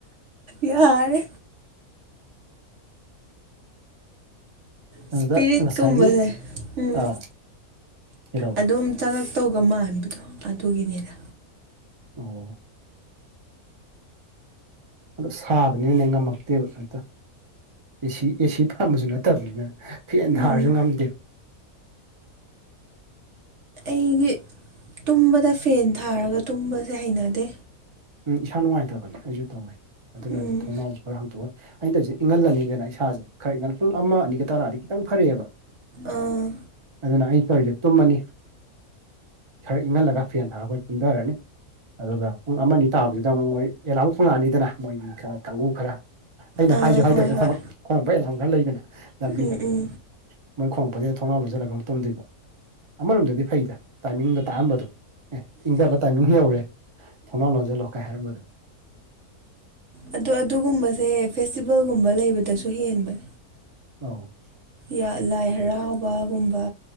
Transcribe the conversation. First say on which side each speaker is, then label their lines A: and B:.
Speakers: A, on the right (about 55°); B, on the right (about 25°).
A: ꯌꯥꯔꯦ꯫ ꯏꯁꯄꯤꯔꯤꯠꯀꯨꯝꯕꯁꯦ
B: ꯑꯗꯨꯗ ꯉꯁꯥꯏꯒꯤ
A: ꯎꯝ
B: ꯑꯥ ꯀꯩꯗꯧꯕ
A: ꯑꯗꯨꯝ ꯆꯪꯉꯥꯛ ꯇꯧꯒ ꯃꯥꯟꯕꯗꯣ ꯑꯗꯨꯒꯤꯅꯤꯗ꯫
B: ꯑꯣ꯫ ꯑꯗꯣ ꯁꯥꯕꯅꯤꯅꯥ ꯉꯝꯃꯛꯇꯦꯕ ꯍꯦꯛꯇꯥ ꯑꯦꯁꯤ ꯑꯦꯁꯤ ꯊꯝꯕꯁꯨ ꯅꯠꯇꯕꯅꯤꯅ꯫ ꯐꯦꯟ
A: ꯎꯝ
B: ꯊꯥꯔꯁꯨ ꯉꯝꯗꯦ꯫
A: ꯑꯩꯗꯤ ꯇꯨꯝꯕꯗ ꯐꯦꯟ ꯊꯥꯔꯒ ꯇꯨꯝꯕꯁꯦ ꯍꯩꯅꯗꯦ꯫
B: ꯎꯝ ꯏꯁꯥ ꯅꯨꯡꯉꯥꯏꯇꯕꯅꯤ ꯑꯩꯁꯨ ꯇꯧꯋꯦ꯫ ꯑꯗꯨꯅ
A: ꯎꯝ
B: ꯊꯣꯡꯅꯥꯎꯁꯤ ꯈꯔ ꯍꯥꯡꯇꯣꯛꯑ ꯑꯩꯅ ꯇꯧꯔꯤꯁ ꯏꯪꯜꯂꯟꯅꯤꯗꯅ ꯏꯁꯥꯁꯦ ꯈꯔ ꯏꯪꯜꯂꯒ ꯄꯨꯡ ꯑꯃ ꯑꯅꯤꯒ ꯇꯔꯥꯛꯑꯗꯤ ꯈꯤꯇꯪ ꯐꯔꯛꯑꯦꯕ
A: ꯑꯥ
B: ꯑꯗꯨꯅ ꯑꯩ ꯇꯧꯔꯤ ꯇꯨꯝꯃꯅꯤ꯫ ꯈꯔ ꯏꯪꯍꯜꯂꯒ ꯐꯦꯟ ꯊꯥꯔ ꯑꯩꯈꯣꯏ ꯇꯨꯝꯊꯔꯅꯤ ꯑꯗꯨꯒ ꯄꯨꯡ ꯑꯃꯅꯤ ꯇꯥꯕꯗꯨꯗ ꯑꯃꯨꯛ ꯃꯣꯏ ꯑꯦꯂꯥꯝ ꯈꯣꯡꯉꯛꯑꯅꯤꯗꯅ ꯃꯣꯏꯒꯤ ꯈꯔ ꯀꯥꯡꯕꯨꯨ ꯈꯔ ꯑꯩꯅ
A: ꯑꯥ
B: ꯍꯥꯏꯁꯨ ꯍꯥꯏꯗꯕꯗ
A: ꯍꯣꯏ ꯍꯣꯏ
B: ꯊꯕꯛ ꯈꯣꯡꯉꯞꯄ ꯑꯦꯂꯥꯡ ꯈꯔ ꯂꯩꯕꯅꯤ ꯂꯝꯕꯤꯗ
A: ꯎꯝ ꯎꯝ
B: ꯃꯣꯏ ꯈꯣꯡꯉꯛꯄꯁꯦ ꯊꯣꯡꯅꯥꯎ ꯂꯣꯟꯁꯤꯜꯂꯒ ꯑꯃꯨꯛ ꯇꯨꯝꯗꯣꯏꯕ꯫ ꯑꯃꯔꯣꯝꯗꯗꯤ ꯐꯩꯗ ꯇꯥꯏꯃꯤꯡꯒꯥ ꯇꯥꯛ ꯑꯝꯕꯗꯣ ꯑꯦ ꯏꯪꯗꯕ ꯇꯥꯏꯃꯤꯡ ꯌꯧꯔꯦ꯫ ꯊꯣꯡꯅꯥꯎ ꯂꯣꯟꯁꯤꯜꯂꯣ ꯀꯥꯏ ꯍꯥꯏꯔꯝꯕꯗꯣ꯫
A: ꯑꯗꯣ ꯑꯗꯨꯒꯨꯝꯕꯁꯦ ꯐꯦꯁꯇꯤꯚꯦꯜꯒꯨꯝꯕ ꯂꯩꯕꯗꯁꯨ ꯍꯦꯟꯕꯟ꯫
B: ꯑꯧ꯫
A: ꯌꯥ ꯂꯥꯏ ꯍꯔꯥꯎꯕꯒꯨꯝꯕ꯫